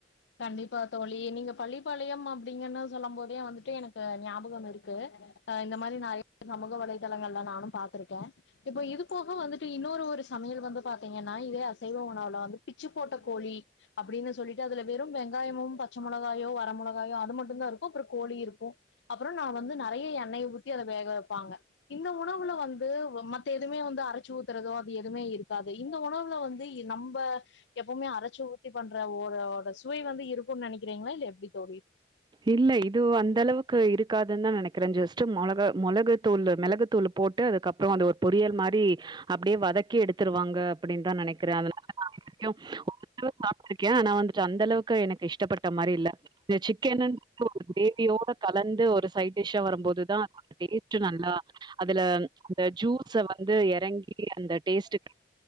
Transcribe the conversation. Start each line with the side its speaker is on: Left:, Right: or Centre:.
Left: கண்டிப்பா தோழி நீங்க பள்ளிப்பாளையம் அப்டிங்கன்னு சொல்லும் போதே வந்துட்டு எனக்கு ஞாபகம் இருக்கு அ இந்த மாரி நெறய சமூக வலைதளங்கள்ல நானு பாத்திருக்கே இப்போ இது போக வந்துட் டு இன்னொரு ஒரு சமையல் வந்து பாத்தீங்கன்னா இதே அசைவ உணவுல வந்து பிச்சு போட்ட கோழி அப்டின்னு சொல்லிட்டு அதுல வெறு வெங்காயமும் பச்ச மொளகாயோ வர மொளகாயோ அது மட்டுந்தா இருக்கு அப்றோ கோழி இருக்கு அப்றோ நா வந்து நெறய எண்ணெய ஊத்தி அத வேக வெப்பாங்க இந்த உணவுல வந்து ம த்த எதுமே வந்து அரச்சு ஊத்துறதோ அது எதுமே இருக்காது இந்த உணவுல வந்து இ நம்ப எப்போமே அரச்சு ஊத்தி பண்ற ஓரோட சுவை வந்து இருக்குன் நெனக்கிறீங்ளா இல்ல எப்டி தோழி
Right: இல்ல இது அந்தளவுக்கு இருக்காதுன் தா நெனக்கிறே ஜஸ்ட்டு மொளகு மொளகு தூளு மெளகு தூளு போட்டு அதுக்கப்றோ அது ஒரு பொரியல் மாரி அப்டியே வதக்கி எடுத்துருவாங்க அப்டின் தா நெனக்கிறே அதனால தா <inaudible> சாப்ட்ருக்கே ஆனா வந்துட்டு அந்தளவுக்கு எனக்கு இஷ்டப்பட்ட மாரி இல்ல இந்த சிக் கன் ஒரு க்ரேவியோட கலந்து ஒரு சைட் டிஷ்ஷா வரும் போது தா டேஸ்ட்டு நல்லா அதுல அந்த ஜூஸ வந்து எறங்கி அந்த டேஸ்ட்டு